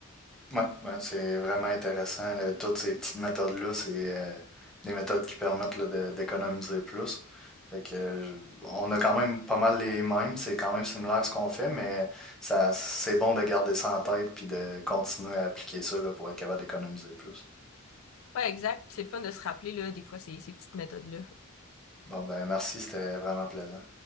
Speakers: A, in the centre; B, on the left.
A: Ouais, ouais, c'est vraiment intéressant. là. Toutes ces petites méthodes-là, c'est euh, des méthodes qui permettent là, de- d'économiser plus. Fait que, euh, je- on a quand même pas mal les mêmes, c'est quand même similaire ce qu'on fait, mais ça, c'est bon de garder ça en tête puis de continuer à appliquer ça là, pour être capable d'économiser plus.
B: Ouais, exact. Puis c'est le fun de se rappeler là, des fois ces, ces petites méthodes-là.
A: Bon, ben merci, c'était vraiment plaisant.